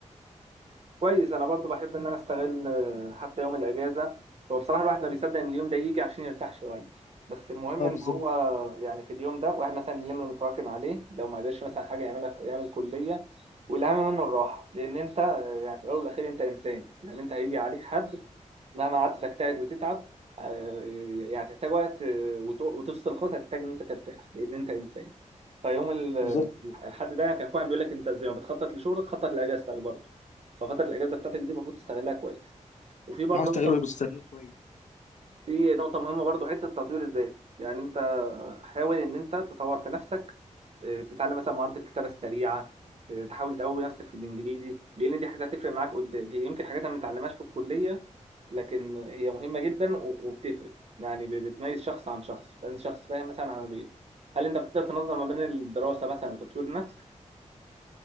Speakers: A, on the right; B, on the left.
A: كويس انا برضو بحب ان انا استغل آه، حتى يوم الاجازه هو بصراحه الواحد ما بيصدق ان اليوم ده يجي عشان يرتاح شويه بس المهم
B: اه
A: ان
B: بالظبط
A: هو يعني في اليوم ده واحد مثلا اليوم اللي متراكم عليه لو ما قدرش مثلا حاجه يعملها في ايام الكليه والاهم منه الراحه لان انت آه، يعني في الاول والاخير انت انسان يعني انت هيجي عليك حد مهما قعدت تجتهد وتتعب آه، يعني تحتاج وقت آه، وت- وتفصل خالص هتحتاج ان انت ترتاح لان انت انسان فيوم ال-
B: بالظبط
A: الحد ده يعني كان في واحد بيقول لك انت زي ما بتخطط لشغلك خطط لاجازتك برضه ففتره الاجازه بتاعتك دي المفروض تستغلها كويس وفي برضه
B: بحاول أستغله
A: نقطه
B: باستغلال كويس
A: في نقطه مهمه برضه حته تطوير الذات يعني انت حاول ان انت تطور في نفسك آه، تتعلم مثلا مهاره الكتابه السريعه ت- تحاول تقوي نفسك في الانجليزي لان دي حاجه هتفرق معاك قدام هي يمكن حاجات ما بنتعلمهاش في الكليه لكن هي مهمه جدا و- وبتفرق يعني ب- بتميز شخص عن شخص بتميز شخص فاهم مثلا عن غيره هل انت بتقدر تنظم ما بين الدراسه مثلا وتطوير النفس